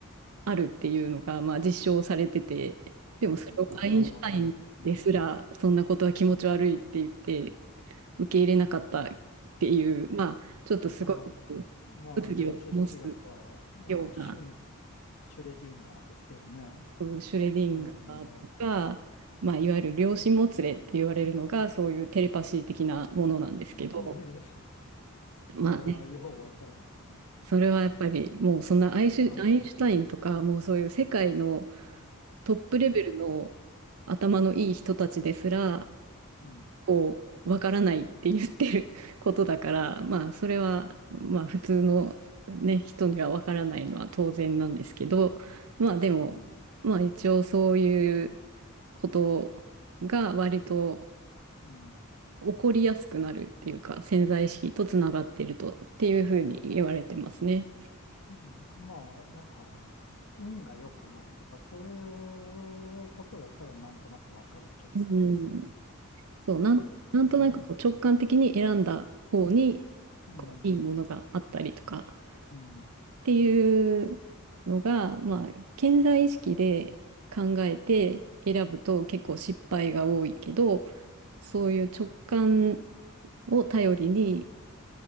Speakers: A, on the right; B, on the left.
A: あるっていうのが、まあ実証されてて、でもそれをアインシュタインですら、
B: なんかよう、ようわからんですね。
A: そんなことは気持ち悪いって言って受け入れなかったっていう、まあちょっとすごいこう物議を醸す
B: ああ、まあ、量子力学は、
A: ような、
B: うん、シュ、シュレディンガーですけどね。
A: うんシュレディンガーとか、
B: ええ、が、
A: まあいわゆる量子もつれって言われるのが、そういうテレパシー的なものなんですけど、
B: <laughs> それはようわからんですね。
A: まあね、それはやっぱりもうそんなアイシュ、
B: あの、あの、
A: アインシュタインとか、もうそういう世界のトップレベルの
B: うん、
A: 頭のいい人たちですら、
B: うん、
A: こう、わからないって言ってる <laughs> ことだから、まあ、それは、まあ、普通のね、人にはわからないのは当然なんですけど、まあ、でも、
B: うん、
A: まあ、一応そういうことが割と
B: うん、
A: 起こりやすくなるっていうか、潜在意識とつながっているとっていうふうに言われてますね。
B: うんまあ、なんか、運が良くなるとか、そういうことだったらなんとなくわかる気がするんですよね。
A: うんそう、
B: その、
A: なん、なんとなくこう直感的に選んだ方に
B: うん、
A: こういいものがあったりとか
B: うん、うん、
A: っていうのが、まあ、潜在意識で考えて選ぶと結構失敗が多いけど、そういう直感を頼りに